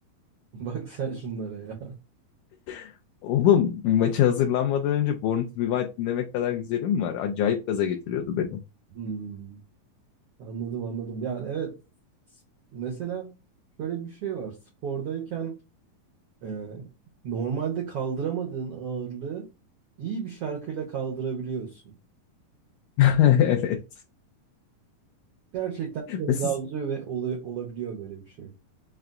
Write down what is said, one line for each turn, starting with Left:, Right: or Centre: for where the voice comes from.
Right: Bak sen şunlara ya.
Left: <laughs> Oğlum maça hazırlanmadan önce Born to be Wild dinlemek kadar güzelim mi var? Acayip gaza getiriyordu beni.
Right: Hmm. Anladım anladım. Yani evet s- mesela şöyle bir şey var. Spordayken e, normalde kaldıramadığın ağırlığı iyi bir şarkıyla kaldırabiliyorsun.
Left: <laughs> Evet.
Right: Gerçekten böyle
Left: Ve
Right: gazlıyor
Left: siz
Right: ve olay- olabiliyor böyle bir şey.